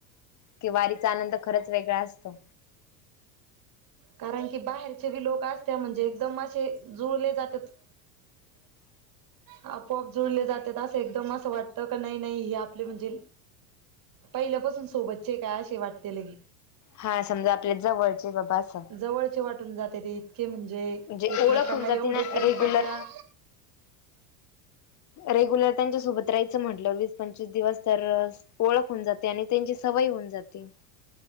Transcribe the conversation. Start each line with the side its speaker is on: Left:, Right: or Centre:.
Left: कि वारीचा आनंद खरंच वेगळां असतो
Right: कारणं की बाहेरचे बी लोकं असते म्हणजे एकदंम असे जुळले जातांत आपोआप जुळले जात्यात असं एकदम असं वाटतं का, नाही -नाही हे आपले म्हणजे पहिल्यापासून सोबतचे काय असे वाटते लगे.
Left: हा समजा आपल्या जवळचे हे बाबा असं.
Right: जवळचे वाटून जाते ते इतके म्हणजे
Left: म्हणजे
Right: एकमेकांना
Left: ओळख होऊन जाते
Right: एवढे
Left: ना
Right: प्रेम
Left: रेग्युलर
Right: करत्या
Left: रेग्युलर त्यांच्या सोबत राहायचं म्हंटलं वीस पंचवीस दिवस तर अ ओळख होऊन जाते आणि त्यांची सवय होऊन जाते.